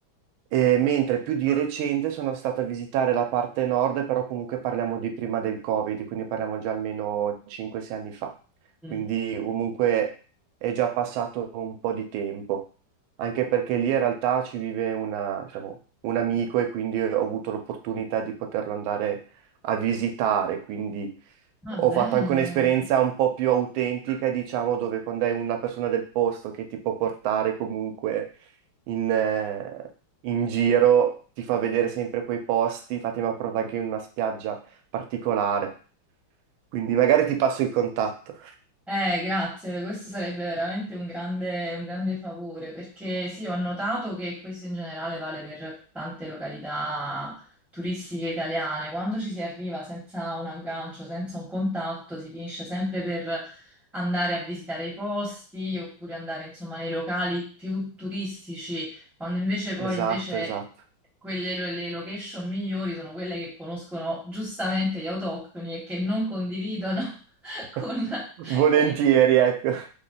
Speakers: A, on the right (about 90°); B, in the centre.
A: E mentre più di recente sono stato a visitare la parte nord, però comunque parliamo di prima del Covid, quindi parliamo già almeno 5-6 anni fa.
B: mm.
A: Quindi comunque è già passato un po' di tempo, anche perché lì in realtà ci vive una- diciamo, un amico e quindi ho avuto l'opportunità di poterlo andare a visitare, quindi
B: Ah,
A: ho
B: bello.
A: fatto anche un'esperienza un po' più autentica, diciamo, dove quando hai una persona del posto che ti può portare comunque in, eh, in giro, ti fa vedere sempre quei posti, infatti mi ha portato anche in una spiaggia particolare, quindi magari ti passo il contatto.
B: Eh, grazie, questo sarebbe veramente un grande, un grande favore perché sì, ho notato che questo in generale vale per tante località turistiche italiane. Quando ci si arriva senza un aggancio, senza un contatto, si finisce sempre per andare a visitare i posti oppure andare insomma nei locali più turistici, quando invece poi
A: Esatto,
B: invece
A: esatto.
B: quelle lo- le location migliori sono quelle che conoscono giustamente gli autoctoni e che non condividono. <laughs>
A: <laughs>
B: con,
A: Volentieri,
B: con i turisti.
A: ecco. <laughs>